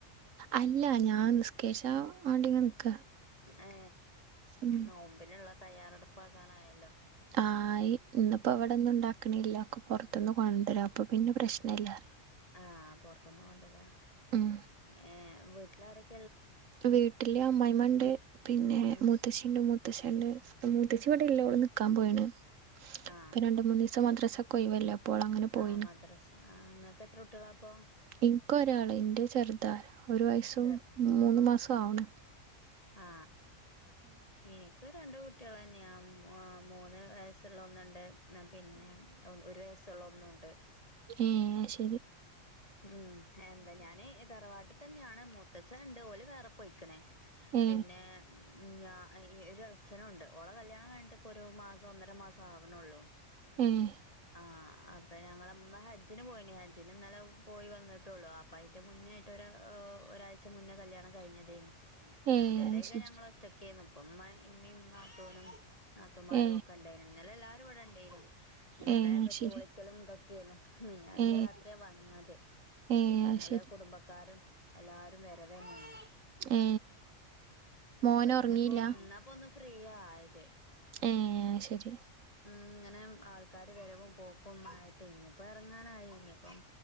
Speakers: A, on the right; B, on the left.
A: അല്ല ഞാൻ നിസ്കരിചാം വാണ്ടിങ്ങനെ നിക്കാ
B: ഏ
A: ഉം
B: നോമ്പിൻള്ള തയ്യാറെടുപ്പാകാനായല്ലോ
A: ആയി ഇന്നിപ്പോ വ്ടെന്നും ണ്ടാക്ണില്ല ഒക്കെ പൊർത്ത്ന്ന് കൊണ്ടരാപ്പൊഅപ്പോ പിന്നെ പ്രശ്നല്ലാ
B: ആഹ പൊർത്ത്ന്ന് കൊണ്ടരാ
A: ഉം
B: ഏ വീട്ടിലാരക്കെ
A: വീട്ടില് അമ്മായ്മണ്ട് പിന്നെ
B: ഉം
A: മുത്തശ്ശിണ്ട് മുത്തശ്ശണ്ട് മൂത്തചിവ്ടെ
B: ഏ
A: ഇല്ല ഓൾ നിക്കാ പോയിണ്
B: ആ
A: ഇപ്പൊ രണ്ട് മൂന്നീസം മദ്രാസൊക്കെ ഒയിവല്ലേ അപ്പോ ഓള് അങ്ങനെ പോയിണ്
B: ആ മദ്റസ ആ ങ്ങക്ക് എത്ര കുട്ടിയാളാപ്പൊ
A: ഇൻക്ക ഒരാള് ന്റെത് ചെർതാ ഒരു വയസ്സും
B: ചെർ
A: മൂന്ന് മാസാവണ്
B: ആ എനിക്ക് രണ്ട് കുട്ടിയാളന്നെയാ ആ മൂന്ന് വയസ്സുള്ള ഒന്നുണ്ട് പിന്നെ ഒരു വയസ്സുള്ള ഒന്നുണ്ട്
A: ഏശെ
B: മ് എന്താ ഞാന് തറവാട്ട് തന്നെയാ ങ്ങ മൂത്തഛൻ ണ്ട് ഓൽ വേറെ പൊയിക്ക്ണ്
A: ഏ
B: പിന്നെ ഞ അ എയ് ഒരളച്ചനുണ്ട് ഓളെ കല്യാണയ്ഞ്ഞിട്ട് പ്പൊരു മാസം ഒന്നര മാസം ആവണ്ള്ളൂ
A: <unintelligible>
B: ആ അപെ ഞങ്ങളമ്മ ഹജ്ജിന് പോയിന് ഹജ്ജ പിന്നെന്നലെ പോയി വന്നിട്ടൊള്ളൂ അപ്പൊ അയിന്റെ മുന്നേയിട്ട് ഒരാഴ്ച മുന്നേ കല്യാണം കഴിഞ്ഞതേനു
A: ഏ
B: ത്‌വരൊക്കെ
A: അത് ശരി
B: ഞങ്ങൾ ഒറ്റക്കേര്ന്നു ഇപ്പം മ്മേ ഇമ്മിം നാത്തൂനും നാതുമാരും
A: ഏ
B: ഒക്കെ ണ്ടെയ്നു ഇന്നലെ ല്ലാവാരും ഇവ്ടെ ണ്ടേയിനു ഇന്നലെ
A: ഏ അത്
B: വെട്ടി
A: ശരി
B: പൊളിക്കലും തൊക്കെ ര്ന്നു മിഞ്ഞാന്ന്
A: ഏ
B: രാത്രിയാ വന്നത്
A: ഏ
B: പിന്നെ
A: അത്
B: ന്നലെ
A: ശരി
B: കുടുംബക്കാരും അല്ലാരും വരവന്നേനി
A: ഏ മോന്
B: ഇപ്പൊന്നപ്പോൊ
A: ഉറങ്ങിയില്ല
B: നിന്നാപ്പൊ ഒന്ന് ഫ്രീ ആയത്
A: ഏ ശെരി
B: ങ്ങനെ ആൾക്കാാര് വരവും പോക്കു ആയിട്ട് ഇഞ്ഞിപ്പം എറങ്ങാനായി ഇനിപ്പം